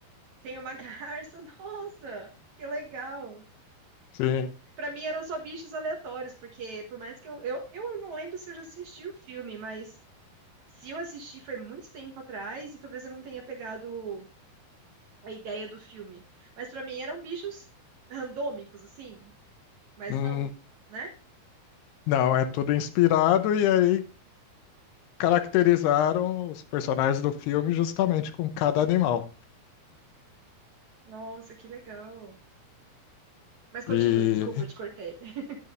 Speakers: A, on the right; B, on the left.
A: tem uma <laughs> garça, nossa, que legal.
B: sim.
A: Pra mim eram só bichos aleatórios, porque por mais que eu, eu. Eu não lembro se eu já assisti o filme, mas se eu assisti foi muito tempo atrás e talvez eu não tenha pegado a ideia do filme. Mas pra mim eram bichos randômicos, assim. Mas
B: hum,
A: não, né?
B: Não, é tudo inspirado e aí caracterizaram os personagens do filme justamente com cada animal.
A: Nossa, que legal. Mas continue,
B: E
A: desculpa, eu te cortei. <laughs>